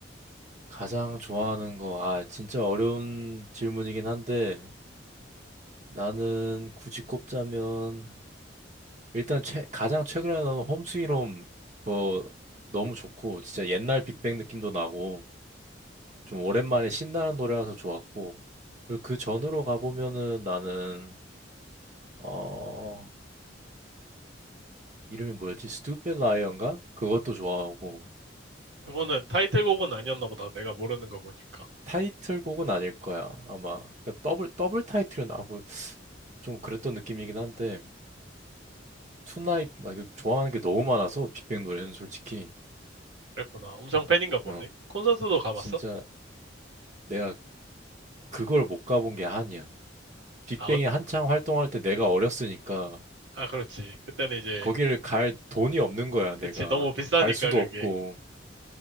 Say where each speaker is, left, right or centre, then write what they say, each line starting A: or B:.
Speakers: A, on the right (about 40°); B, on the right (about 75°).
A: 가장 좋아하는 거, 아, 진짜 어려운 질문이긴 한데 나는 굳이 꼽자면 일단 최, 가장 최근에 나온 홈스윗홈 거 너무 좋고 진짜 옛날 빅뱅 느낌도 나고 좀 오랜만에 신나는 노래라서 좋았고 그리고 그 전으로 가보면은 나는 어 이름이 뭐였지? Stupid Lion가? 그것도 좋아하고
B: 그거는 타이틀곡은 아니었나 보다. 내가 모르는 거 보니까.
A: 타이틀곡은 아닐 거야 아마 그러니까 더블 더블 타이틀은 아뭐좀 그랬던 느낌이긴 한데 투나잇 나 이거 좋아하는 게 너무 많아서 빅뱅 노래는 솔직히
B: 그랬구나. 엄청 팬인가 보네.
A: 어
B: 콘서트도 가봤어?
A: 진짜 내가 그걸 못 가본 게 한이야 빅뱅이
B: 아, 언,
A: 한창 활동할 때 내가 어렸으니까
B: 아, 그렇지. 그때는 이제,
A: 거기를 갈 돈이 없는 거야
B: 그치.
A: 내가
B: 너무 비싸니까
A: 갈 수도
B: 그게.
A: 없고